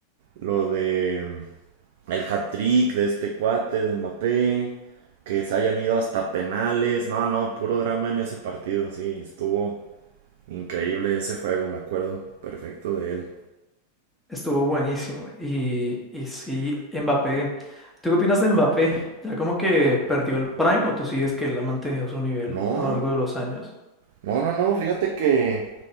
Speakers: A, on the right; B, in the centre.
A: lo de mm, el hat-trick de este cuate de Mbappé, que se hayan ido hasta penales, no, no, puro drama en ese partido, sí, estuvo increíble ese juego, me acuerdo perfecto de él.
B: estuvo buenísimo. Y, y sí, Mbappé. ¿Tú qué opinas de Mbappé? ¿Ya como que perdió el prime o tú sigues que él ha mantenido su nivel
A: No.
B: a lo largo de los años?
A: No, no, no, fíjate que